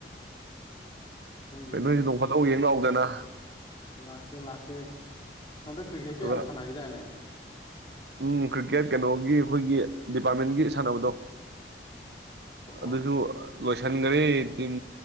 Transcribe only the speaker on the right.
ꯅꯣꯏꯁꯨ ꯅꯣꯡ ꯐꯥꯗꯣꯛ
ꯌꯦꯡ ꯂꯥꯎꯗꯅ
ꯑꯗꯨꯒ
ꯎꯝ ꯀ꯭ꯔꯤꯀꯦꯠ ꯀꯩꯅꯣꯒꯤ ꯑꯩꯈꯣꯏꯒꯤ ꯗꯤꯄꯥꯔꯠꯃꯦꯟꯒꯤ ꯁꯥꯟꯅꯕꯗꯣ
ꯑꯗꯨꯁꯨ ꯂꯣꯏꯁꯟꯈꯔꯦ ꯇꯤꯝ